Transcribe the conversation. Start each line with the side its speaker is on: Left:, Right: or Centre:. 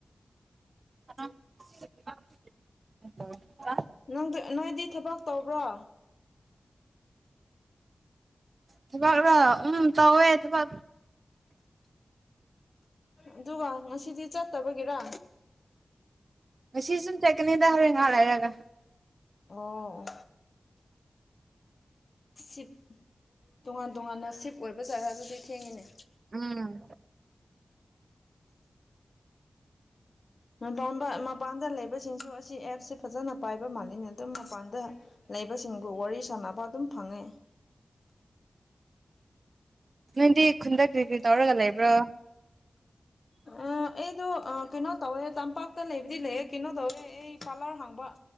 Right: <unintelligible>
Left: ꯅꯪꯗꯤ ꯅꫭꯏꯗꯤ ꯊꯕꯛ ꯇꯧꯕ꯭ꯔꯣ
Right: ꯊꯕꯛ ꯇꯧꯋꯦ ꯊꯕꯛ
Left: ꯑꯗꯨꯒ ꯉꯁꯤꯗꯤ ꯆꯠꯇꯕꯒꯤꯔ
Right: ꯉꯁꯤ ꯁꯨꯝ ꯆꯠꯀꯅꯤꯗ ꯍꯣꯔꯦꯟ ꯉꯥꯟ ꯍꯥꯏꯔꯒ
Left: ꯑꯣ ꯁꯤꯞ ꯇꯣꯉꯥꯟ ꯇꯣꯉꯥꯟꯅ ꯁꯤꯞ ꯑꯣꯏꯕ ꯖꯔ ꯑꯗꯨꯗꯤ ꯊꯦꯡꯉꯤꯅꯦ
Right: ꯎꯝ
Left: ꯃꯄ ꯃꯄꯥꯟꯗ ꯂꯩꯕꯁꯤꯡꯁꯨ ꯑꯁꯤ ꯑꯦꯞꯁꯦ ꯐꯖꯅ ꯄꯥꯏꯕ ꯃꯥꯜꯂꯤꯅꯦ ꯑꯗꯨꯝ ꯃꯄꯥꯟꯗ ꯂꯩꯕꯁꯤꯡꯕꯨ ꯋꯥꯔꯤ ꯁꯥꯟꯅꯕ ꯑꯗꯨꯝ ꯐꯪꯉꯦ
Right: ꯅꯪꯗꯤ ꯈꯨꯟꯗꯛ ꯀꯔꯤ ꯀꯔꯤ ꯇꯧꯔꯒ ꯂꯩꯕ꯭ꯔꯣ
Left: ꯑꯩꯗꯣ ꯀꯩꯅꯣ ꯇꯧꯋꯦ ꯇꯝꯄꯥꯛꯇ ꯂꯩꯕꯗꯤ ꯂꯩꯌꯦ ꯀꯩꯅꯣ ꯇꯧꯋꯦ ꯑꯩ ꯄꯥꯔꯂꯔ ꯍꯥꯡꯕ